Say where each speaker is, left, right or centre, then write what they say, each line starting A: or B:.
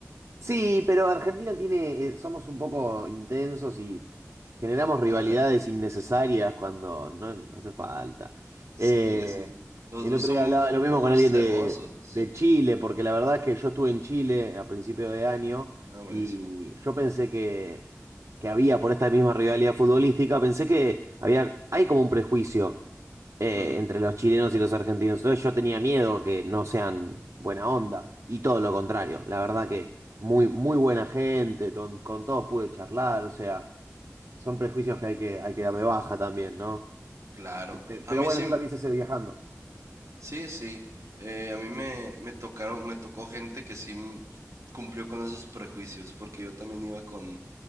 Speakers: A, on the right; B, on the right.
A: Sí, pero Argentina tiene, eh, somos un poco intensos y generamos rivalidades
B: Ah,
A: innecesarias cuando no, no hace falta.
B: sí,
A: Eh,
B: sí. Los
A: el
B: dos
A: otro
B: somos,
A: día hablaba lo mismo
B: somos
A: con alguien
B: hermosos.
A: de, de Chile, porque la verdad es que yo estuve en Chile a principio de año
B: Ah, buenísimo.
A: y yo pensé que, que había, por esta misma rivalidad futbolística, pensé que había, hay como un prejuicio eh,
B: Ujú,
A: entre los chilenos y los argentinos. Entonces yo tenía miedo que no sean buena onda. Y todo lo contrario. La verdad que muy, muy buena gente, ton- con, todos pude charlar. O sea, son prejuicios que hay que, hay que dar de baja también, ¿no?
B: Claro.
A: Pero,
B: A
A: pero
B: mí
A: bueno,
B: sí,
A: eso también se hace viajando.
B: Sí, sí. Eh, a mí me, me tocaron, me tocó gente que sí m- cumplió con esos prejuicios, porque yo también iba con,